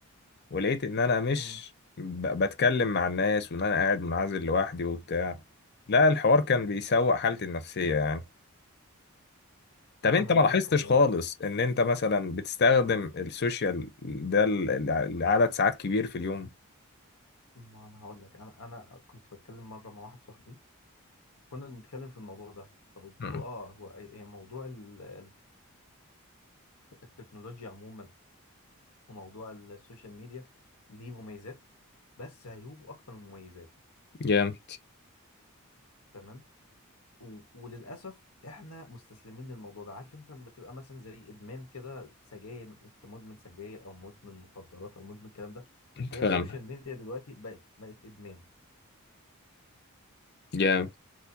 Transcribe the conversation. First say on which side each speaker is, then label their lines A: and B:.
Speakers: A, on the left; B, on the left.
A: ولقيت ان انا مش
B: مم.
A: ب- بتكلم مع الناس وان انا قاعد منعزل لوحدي وبتاع لا الحوار كان بيسوء حالتي النفسية يعني طب
B: انا
A: انت
B: أنا
A: ما
B: معاك
A: لاحظتش
B: والله
A: خالص
B: يعني
A: ان انت مثلا بتستخدم السوشيال ده ل- ل- لعدد ساعات كبير في اليوم
B: ما انا هقول لك انا انا كنت بتكلم مره مع واحد صاحبي كنا بنتكلم في الموضوع ده فقلت
A: مم.
B: له اه هو أي- أي موضوع ال- ال- التكنولوجيا عموما وموضوع السوشيال ميديا ليه مميزات بس عيوبه اكتر من مميزاته
A: جامد
B: تمام و- وللاسف احنا مستسلمين للموضوع ده عارف انت لما تبقى مثلا زي ادمان كده سجاير انت مدمن سجاير او مدمن مخدرات او مدمن الكلام ده هي
A: فاهم
B: السوشيال ميديا دلوقتي بقت بقت ادمان
A: جامد